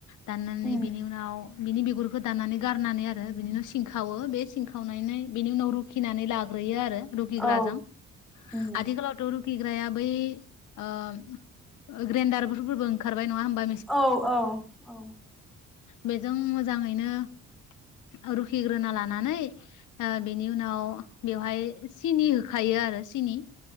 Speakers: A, on the left (about 80°); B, in the centre.
A: दाननानै
B: उम
A: बेनि उनाव बिनि बिगुरखौ दानानै गारनानै आरो बिनि उनाव सिं खावो बे सिं खावनानै बिनि उनाव रुखिनानै लाग्रोयो आरो रुखि ग्राजों
B: औ उम
A: आथिखालाव थ रू खिग्राया बै ओ ग्रेन्दारफोरबो ओंखारबाय नङा होनबा?
B: औ औ औ
A: बेजों मोजाङैनो रुखिग्रोना लानानै ओ बेनि उनाव बेवहाय सिनि होखायो आरो सिनि